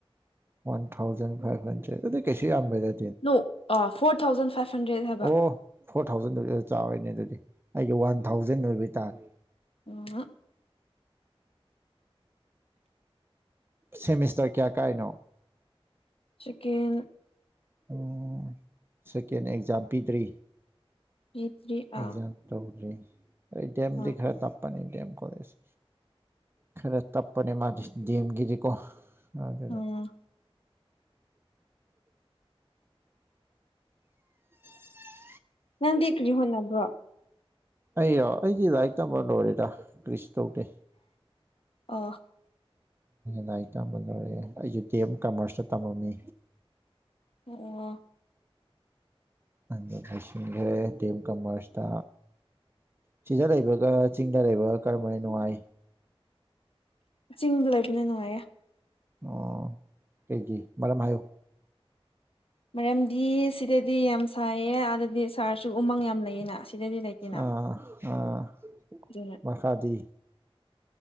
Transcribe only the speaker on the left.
ꯅꯣ ꯐꯣꯔ ꯊꯥꯎꯖꯟ ꯐꯥꯏꯚ ꯍꯟꯗ꯭ꯔꯦꯗ ꯍꯥꯏꯕ
ꯑꯣ
ꯆꯛꯦꯟ
ꯖꯤ ꯊ꯭ꯔꯤ
ꯑꯥ
ꯍꯣꯏ
ꯎꯝ
ꯅꯪꯗꯤ ꯀ꯭ꯔꯤ ꯍꯣꯠꯅꯕ꯭ꯔꯣ
ꯑꯣ
ꯑꯣ
ꯆꯤꯡꯗ ꯂꯩꯕꯅ ꯅꯨꯡꯉꯥꯏꯌꯦ
ꯃꯔꯝꯗꯤ ꯁꯤꯗꯗꯤ ꯌꯥꯝ ꯁꯥꯏꯌꯦ ꯑꯥꯗꯗꯤ ꯁꯥꯔꯁꯨ ꯎꯃꯪ ꯌꯥꯝ ꯂꯩꯌꯦꯅ ꯁꯤꯗꯗꯤ ꯂꯩꯇꯦꯅ
ꯑꯗꯨꯅ